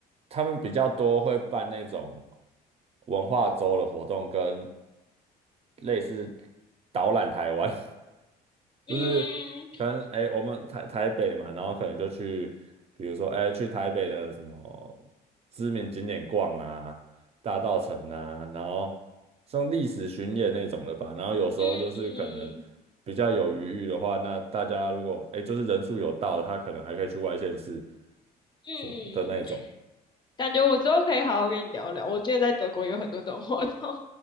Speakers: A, on the right; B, on the left.
A: 他们比较多会办那种文化周的活动，跟类似导览台湾。<laughs> 就是
B: 嗯
A: 可能哎、我们台台北嘛，然后可能就去，比如说哎、去台北的什么知名景点逛啊，大道城啊，然后像历史巡演那种的吧。然后有时候就是可能
B: 嗯嗯，
A: 比较有余裕的话，那大家如果哎、就是人数有到，他可能还可以去外县市
B: 嗯，
A: 什么的那种。
B: 感觉我之后可以好好跟你聊聊。我之得在德国有很多这种活动。